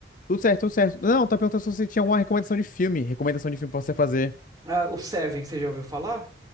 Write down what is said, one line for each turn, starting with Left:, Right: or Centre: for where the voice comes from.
Left: Tudo certo, tudo certo. Não, tá perguntando se você tinha alguma recomendação de filme. Recomendação de filme pra você fazer.
Right: Ah, o Seven, você já ouviu falar?